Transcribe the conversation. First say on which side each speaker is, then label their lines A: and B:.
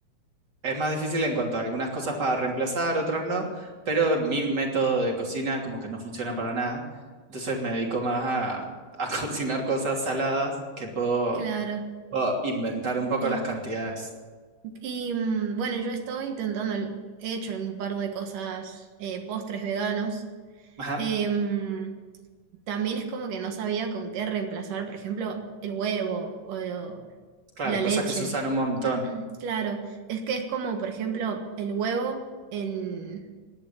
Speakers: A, on the right; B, on the right.
A: Es más difícil en cuanto a algunas cosas para reemplazar, otras no, pero mi método de cocina como que no funciona para nada. Entonces me dedico más a, a <laughs> cocinar cosas saladas que puedo,
B: claro,
A: puedo inventar un poco
B: y,
A: las cantidades.
B: y mm, bueno, yo estoy intentando, he hecho un par de cosas, eh, postres veganos.
A: Ajá,
B: Em, También es como que no sabía con qué reemplazar, por ejemplo, el huevo o lo-
A: claro,
B: la
A: cosas
B: leche.
A: que se usan un montón.
B: <clears throat> Claro, es que es como, por ejemplo, el huevo en,